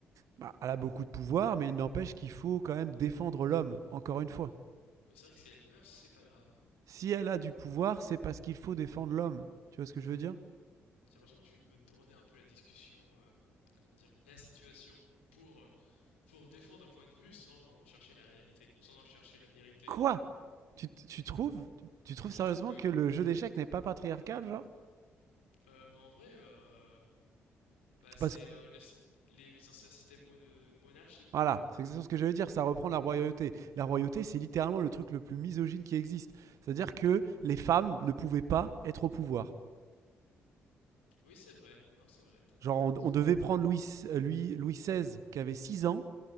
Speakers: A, on the right; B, on the left.
A: Bah, elle a beaucoup de pouvoir, mais il n'empêche qu'il faut quand même défendre l'homme, encore une fois.
B: Mais c'est vrai que si elle meurt, c'est pas grave.
A: Si elle a du pouvoir, c'est parce qu'il faut défendre l'homme. Tu vois ce que je veux
B: Oh
A: dire
B: là là. J'ai l'impression que tu veux tourner un peu la discussion, euh, comment dire, la situation pour, euh, pour défendre un point de vue sans en chercher la réalité, sans en chercher la vérité.
A: Quoi tu, tu trouves Tu trouves
B: Je
A: sérieusement
B: trouve que
A: que le jeu d'échecs n'est pas patriarcal, genre
B: Euh, bah, en vrai, euh, bah, c'est
A: Parce que,
B: euh, le- les anciens systèmes mo- de, de monarchie,
A: voilà,
B: quoi.
A: c'est exactement ce que j'allais dire, ça reprend la royauté. La royauté, c'est littéralement le truc le plus misogyne qui existe. C'est-à-dire que les femmes ne pouvaient pas être au pouvoir.
B: Oui, c'est vrai. Non, c'est vrai, t'as,
A: Genre,
B: t'as
A: on,
B: raison.
A: on devait prendre Louis, euh, Louis, Louis XVI, qui avait 6 ans,